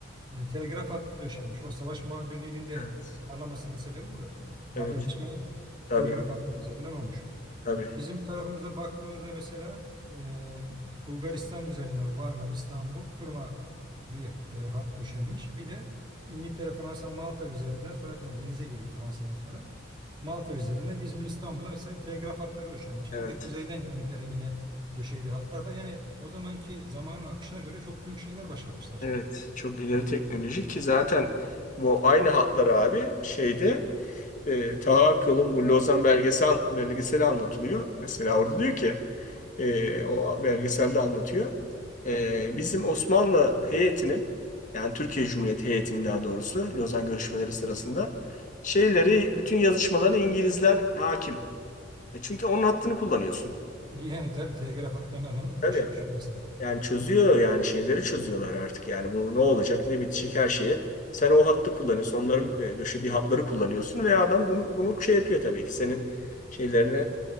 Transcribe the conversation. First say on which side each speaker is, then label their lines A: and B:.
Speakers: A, on the right (about 25°); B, on the left (about 40°).
A: e, telgraf hattı döşenmiş. O savaş muhabirliğinin de
B: evet,
A: parlamasının sebebi bu.
B: evet,
A: Haberleşme
B: tabii,
A: telgraf hattı üzerinden olmuş.
B: tabii,
A: Bizim tarafımıza baktığımızda mesela e, Bulgaristan üzerinden Varna, İstanbul, Kırım'a bir e, hat döşenmiş. Bir de İngiltere, Fransa, Malta üzerinden sonra yani denize giriyor Fransa'dan sonra. Malta üzerinden İzmir, İstanbul'a mesela telgraf hatları döşenmiş.
B: evet,
A: Bir de kuzeyden İngiltere'nin yine döşediği hatlar var. Yani o zamanki zamanın akışına göre çok büyük şeyler başarmışlar.
B: evet. Çok ileri teknoloji ki zaten bu aynı hatları abi şeyde e, Taha Akyol'un bu Lozan belgesel, belgeseli anlatılıyor. Mesela orada diyor ki e, o belgeselde anlatıyor. E, bizim Osmanlı heyetinin yani Türkiye Cumhuriyeti heyetinin daha doğrusu Lozan görüşmeleri sırasında şeyleri bütün yazışmalarına İngilizler hakim. E çünkü onun hattını kullanıyorsun.
A: Yani tabii telgraf hatlarını adam
B: Tabii.
A: döşemiş öncesinde.
B: Yani çözüyor yani şeyleri çözüyorlar artık. Yani bu ne olacak ne bitecek her şeye. Sen o hattı kullanıyorsun. Onların e, döşediği hatları kullanıyorsun ve adam bunu, bunu şey yapıyor tabii ki. Senin şeylerini